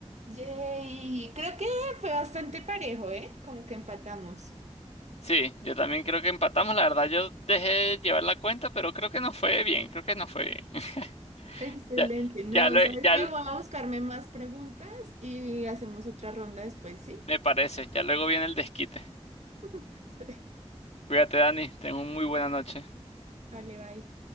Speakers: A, on the right; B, on the left.
A: yay. Creo que fue bastante parejo, ¿eh? Como que empatamos.
B: Sí, yo también creo que empatamos. La verdad, yo dejé llevar la cuenta, pero creo que no fue bien. Creo que no fue bien. <laughs>
A: Excelente.
B: Ya,
A: No,
B: ya, lo-
A: ¿sabes
B: ya
A: qué?
B: l-
A: Voy a buscarme más preguntas y hacemos otra ronda después, ¿sí?
B: me parece. Ya luego viene el desquite.
A: <laughs> Sí.
B: Cuídate, Dani. Tengo una muy buena noche.
A: Vale, bye.